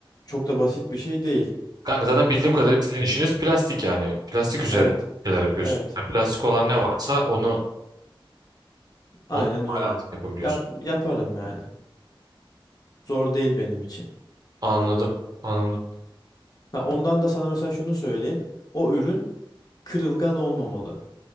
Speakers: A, on the left (about 45°); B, on the right (about 45°).
A: çok da basit bir şey değil.
B: Kanka zaten bildiğim kadarıyla
A: Ku-
B: sizin işiniz plastik yani. Plastik üzerine
A: evet,
B: şeyler yapıyorsun.
A: evet.
B: Ya plastik olan ne
A: Ya-
B: varsa onu
A: Aynen
B: Onu imalat
A: öyle.
B: yapabiliyorsun.
A: Yap yaparım yani. Zor değil benim için.
B: Anladım. Anladım.
A: Ya ondan da sana mesela şunu söyleyeyim. O ürün kırılgan olmamalı.